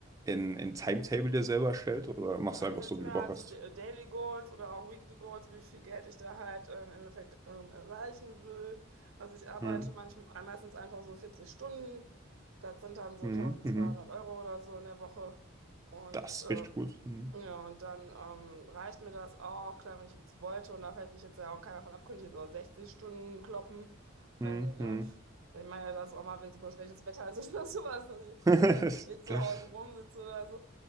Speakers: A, on the right (about 15°); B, on the right (about 85°).
A: ein, ein Timetable dir selber erstellt oder machst
B: Aber
A: du einfach
B: ich setze
A: so, wie
B: mir
A: du Bock
B: halt
A: hast?
B: so Da- Daily Goals oder auch Weekly Goals, wie viel Geld ich da halt ähm, im Endeffekt ähm, erreichen will. Also ich arbeite
A: Mhm.
B: manchmal meistens einfach so 40 Stunden. Das sind dann so
A: Mhm.
B: 1200
A: Mhm.
B: Euro oder so in der Woche. Und
A: Das
B: äh,
A: ist richtig gut. Mhm.
B: Ja, und dann ähm, reicht mir das auch, klar, wenn ich jetzt wollte, und da fällt mich jetzt ja auch keiner von ab, könnte ich jetzt auch 60 Stunden kloppen, wenn,
A: Mhm.
B: äh, pf, ich meine ja das auch mal, wenn super schlechtes Wetter ist <laughs> oder sowas, dass ich
A: <laughs>
B: jetzt zu Hause rumsitze oder so,